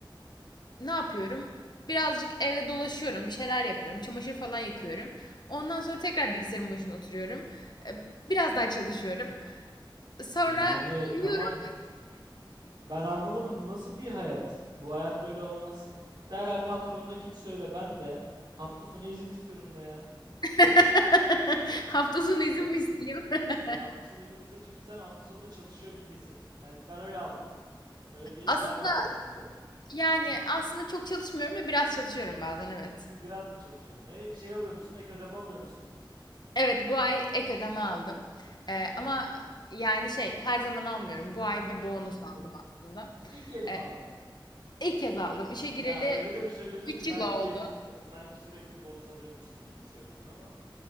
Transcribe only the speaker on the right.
Yani
tamam ben anlamadım bu nasıl bir hayat? Bu hayat böyle olmaz. Derhal patronuna git söyle ben de. Hafta sonu izin istiyorum da ya.
<laughs>
E, hafta sonu izin iste çünkü sen hafta sonunda çalışıyor gibisin. Ben, ben öyle aldım. Öyle bir
vibe aldım senden.
Bir, biraz mı çalışıyordun? E, şey alıyor musun? Ek ödeme alıyor musun?
İyi.
Ha.
İlk kez mi
aldın?
Ya öyle de bir söylüyorsun
ki sanki
sa- sanki sürekli bonus alıyormuşsun gibi söyledin ama.